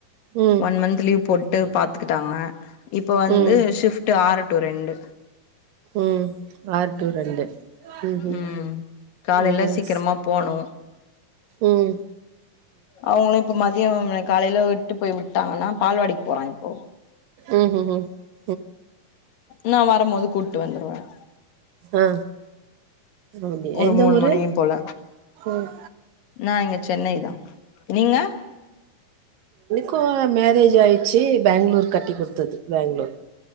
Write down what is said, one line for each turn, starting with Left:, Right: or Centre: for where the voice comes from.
Right: ம்
Left: ஒன் மந்த் லீவ் போட் உட்டு பார்த்துக்கிட்டாங்க இப்போ வந்து
Right: ம்
Left: ஷிப்ட் ஆறு டூ ரெண்டு
Right: ம் ஆறு டூ ரெண்டு ம்ஹூம்
Left: ம் காலைல
Right: ம்
Left: சீக்கிரமா
Right: ஸ்
Left: போனு நோ
Right: ம்
Left: அவங்களும் இப்ப மதியம் காலையில விட்டு போய் விட் விட்டாங்கன்னா பால்வாடிக்கு போறான் இப்போ
Right: உஹும் ம்
Left: நான் வரும்போது கூப்பிட்டு வந்துருவேன்
Right: ஆ அப்டி
Left: ஒரு
Right: எந்த
Left: மூணு
Right: ஊரு
Left: மணியும் போல
Right: ம்
Left: நான் இங்க சென்னை தான் நீங்க
Right: இப்போ மேரேஜ் ஆயிடுச்சி பெங்களூர் கட்டி கொடுத்தது பெங்களூர்